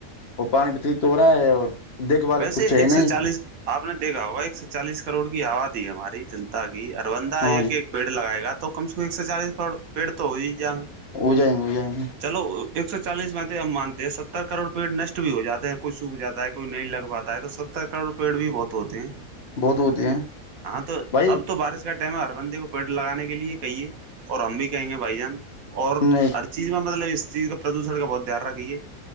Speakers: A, on the left; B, on the right.
A: اور پانی وتیت ہو رہا ہے اور دیکھ بھال
B: ویسے
A: کچھ ہے
B: ایک سو
A: نہیں
B: چالیس آپ نے دیکھا ہوگا ایک سےو چالیس کروڑ کی آبادی ہے ہماری جنتا کی اربندہ
A: ہاں
B: ایک
A: جی
B: ایک پیڑ لگائے گا تو کم سے کم ایک سو چالیس پڑ پیڑ تو ہو ہی جائیں گے
A: ہو جائیں گے ہو جائیں گے
B: چلو ایک سو چالیس میں تو ہم مانتے ہیں ستر کروڑ رپی نشٹ بھی ہو جاتے ہیں کوئی سوکھ جاتا ہے کوئی نہیں لگ بات آئے تو ستر کروڑ پیڑ بھی بہت ہوتے ہیں
A: بہت ہوتے ہیں
B: ہاں تو
A: بھائی
B: اب تو بارش کا ٹم ہر بندے کو پیڑ لگانے کے لیے کہیے اور ہم بھی کہیں گے بھائی جان اور
A: نہیں
B: چیز میں مطلب اس چیز کا پردوشن کا بہت دھیان رکھیے